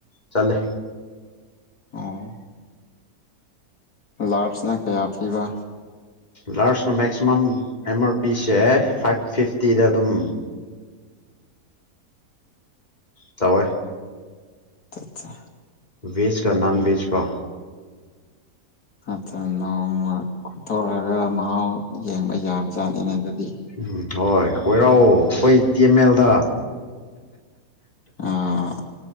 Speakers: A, on the left; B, on the left.
A: ꯆꯂꯦ
B: ꯑꯣ ꯂꯥꯔꯠꯁꯅ ꯀꯌꯥ ꯄꯤꯕ
A: ꯂꯥꯔꯖꯅ ꯃꯦꯛꯁꯤꯃꯝ ꯑꯦꯝ ꯑꯥꯔ ꯄꯤꯁꯦ ꯐꯥꯏꯚ ꯐꯤꯐꯇꯤꯗ ꯑꯗꯨꯝ
B: <inaudible>
A: ꯇꯋꯦ
B: ꯇꯦ
A: ꯕꯦꯖ ꯀ ꯅꯟꯚꯦꯖ ꯀ
B: ꯑ ꯑꯠ ꯅꯎꯃ ꯈꯨꯊꯣꯔꯛꯑꯒ ꯃꯍꯥꯎ ꯌꯦꯡꯕ ꯌꯥꯕꯖꯥꯠꯅꯤꯅꯦ ꯑꯗꯨꯗꯤ
A: ꯎꯝ ꯍꯣꯏ ꯀꯣꯏꯔꯥꯎꯑꯣ ꯑꯩꯈꯣꯏ ꯇꯤꯃꯦꯜꯗ
B: ꯑꯥ